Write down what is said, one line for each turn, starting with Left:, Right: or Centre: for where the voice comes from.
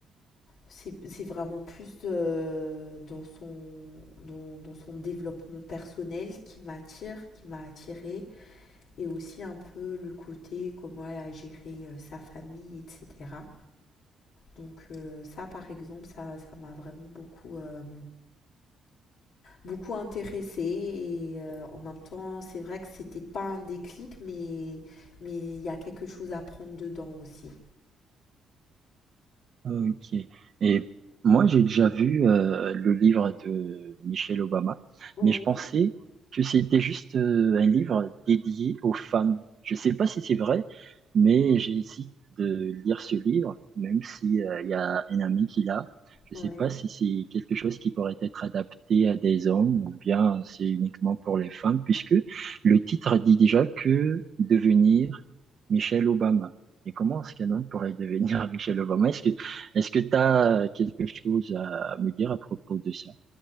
Left: c'est c'est vraiment plus euh, dans son, dans, dans son développement personnel qui m'attire, qui m'a attirée. Et aussi un peu le côté comment elle a géré euh, sa famille, etc. Donc, euh, ça, par exemple, ça, ça m'a vraiment beaucoup. euh, beaucoup intéressée et euh, en même temps, c'est vrai que c'était pas un déclic, mais mais il y a quelque chose à prendre dedans aussi.
Right: Ok. Et moi, j'ai déjà vu euh, le livre de Michelle Obama,
Left: Oui,
Right: mais je pensais que c'était juste euh, un livre dédié aux femmes. Je sais pas si c'est vrai, mais j'hésite de lire ce livre, même si euh, il y a un ami qui l'a. Je
Left: oui.
Right: sais pas si c'est quelque chose qui pourrait être adapté à des hommes ou bien c'est uniquement pour les femmes, puisque le titre dit déjà que devenir Michelle Obama. Et comment est-ce qu'un homme pourrait devenir <laughs> Michelle Obama? Est-ce que est-ce que tu as quelque chose à me dire à propos de ça?